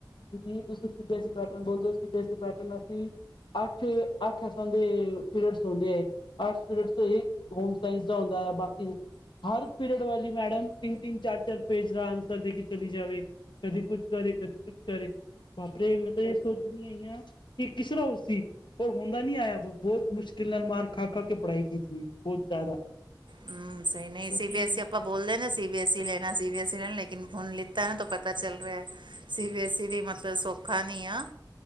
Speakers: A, on the left; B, on the right.
A: ਜੇ ਤੁਸੀਂ ਸੀ ਬੀ ਐਈ ਪੈਟਰਨ ਬੋਲਦੇ ਹੋ C B S E pattern ਅਸੀਂ ਅੱਠ, ਅੱਠ ਅਸਾਂ ਦੇ ਪੀਰੀਅਡਸ ਹੁੰਦੇ ਏ। ਅੱਠ ਪੀਰੀਅਡਸ ਤੋਂ ਹੋਮ ਸਾਇੰਸ ਦਾ ਹੁੰਦਾ। ਬਾਕੀ ਹਰ ਪੀਰੀਅਡ ਵਾਲੀ ਮੈਡਮ ਤਿੰਨ-ਤਿੰਨ, ਚਾਰ-ਚਾਰ ਪੇਜ ਦਾ ਆਂਸਰ ਦੇ ਕੇ ਚਲੀ ਜਾਵੇ, ਕਦੀ ਕੁਛ ਕਰੇ, ਕਦੀ ਕੁਛ ਕਰੇ ਬਾਪਰੇ ਮੈਂ ਤਾਂ ਇਹ ਸੋਚਣੀ ਆਈ ਆ ਇਹ, ਕਿਸ, ਤਰਾਂ ਉਹ ਸੀ। ਔ, ਹੁੰਨ ਦਾ ਨਹੀਂ ਆਇਆ। ਬਹੁਤ ਮੁਸ਼ਕਿਲ ਨਾਲ, ਮਾਰ ਖਾ- ਖਾ, ਕੇ ਪੜਾਈ ਕੀਤੀ, ਬਹੁਤ ਜ਼ਿਆਦਾ।
B: ਹੂੰ। ਸਹੀ ਨਹੀਂ,
A: ਕਿਉਂਕਿ
B: ਸੀ ਬੀ ਐੱਸ ਈ, ਆਪਾਂ ਬੋਲਦੇ ਹ ਨਾ, ਸੀ ਬੀ ਐੱਸ ਈ ਲੈਣਾ। ਸੀ ਬੀ ਐੱਸ ਈ ਲੈਣਾ। ਲੇਕਿਨ ਹੁਣ ਲ ਤਾਂ, ਇਹਨਾਂ ਤੋਂ ਪਤਾ ਚੱਲ ਰਿਹਾ। ਸੀ ਬੀ ਐਸ ਈ ਦੀ ਮਤਲਬ ਸੌਖਾ ਨੀ ਆ।